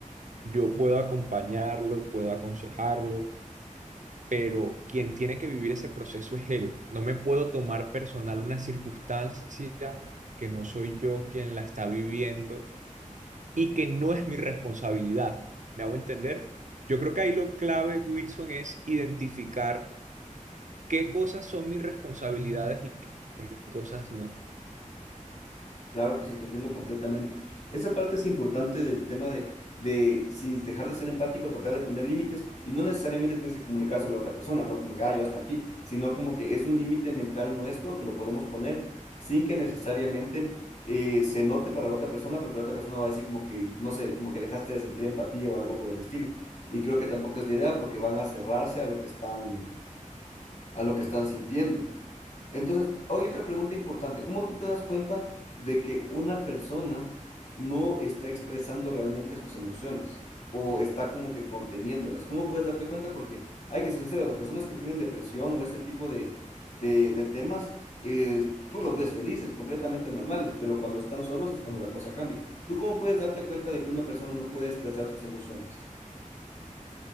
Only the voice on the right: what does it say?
Yo puedo acompañarlo, puedo aconsejarlo, pero quien tiene que vivir ese proceso es él. No me puedo tomar personal una circunstancia que no soy yo quien la está viviendo y que no es mi responsabilidad. ¿Me hago entender? Yo creo que ahí lo clave, Wilson, es identificar qué cosas son mis responsabilidades y qué cosas no.